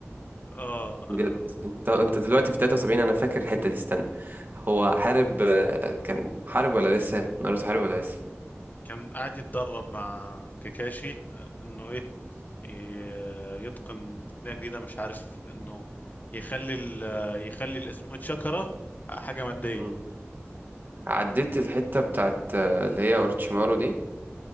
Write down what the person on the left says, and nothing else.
اه
كان قاعد يتدرب مع كاكاشي انه ايه ي- يتقن تقنية جديدة مش عارف انه يخلي ال يخلي الاسمه شاكرا حاجة مادية